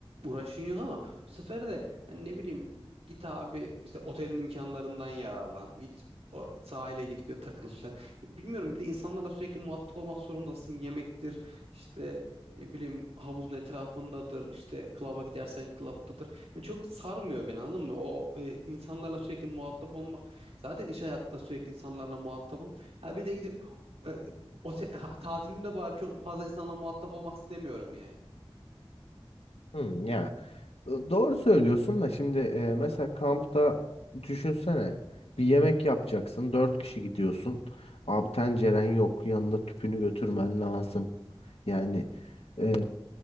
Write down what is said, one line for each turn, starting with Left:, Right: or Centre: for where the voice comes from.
Right: uğraşın yok ama bu sefer de hani ne bileyim git abi işte otelin imkanlarından yararlan git o sahile gidip bir takıl falan bilmiyorum bir de insanlarla sürekli muhatap olmak zorundasın yemektir işte ne bileyim havuzun etrafındadır işte klaba gidersen klaptadır Yani çok sarmıyor beni anladın mı o e, insanlarla sürekli muhatap olmak zaten iş hayatında sürekli insanlarla muhatabım ha bir de gidip e, ote- tatilimde bari çok fazla insanla muhatap olmak istemiyorum yani.
Left: Hı, ya Doğru söylüyorsun da şimdi e, mesela kampta düşünsene bir yemek yapacaksın dört kişi gidiyorsun abi tenceren yok yanında tüpünü götürmen lazım yani e,